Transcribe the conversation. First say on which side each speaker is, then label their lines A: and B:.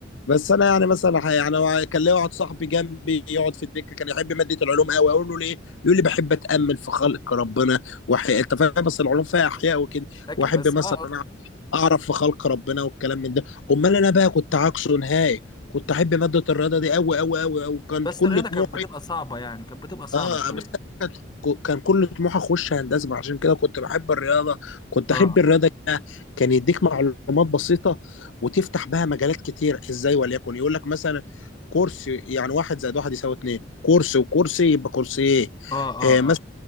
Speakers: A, on the left; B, on the left.
A: بس انا يعني مثلا ح- يعني هو كان ليا واحد صاحبي جنبي يقعد في الدكه كان يحب ماده العلوم قوي اقول له ليه؟ يقول لي بحب اتامل في خلق ربنا وحي... انت فاهم بس العلوم فيها احياء وكده
B: لكن-
A: واحب
B: بس
A: مثلا
B: اه
A: اعرف اعرف في خلق ربنا والكلام من ده امال انا بقى كنت عكسه نهائي كنت احب ماده الرياضه دي قوي قوي قوي وكانت
B: بس
A: كل
B: الرياضة
A: طموحي
B: كانت بتبقى صعبة يعني كانت بتبقى صعبة
A: اه
B: شوية
A: بس كانت- كان كل طموحي اخش هندسه عشان كده كنت بحب الرياضه كنت
B: اه
A: احب الرياضه كده كان يديك معلومات بسيطه وتفتح بها مجالات كتير ازاي وليكن يقول لك مثلا كرسي يعني واحد زائد واحد يساوي اتنين كرسي وكرسي يبقى كرسي ايه
B: اه اه
A: آه مثلا
B: اه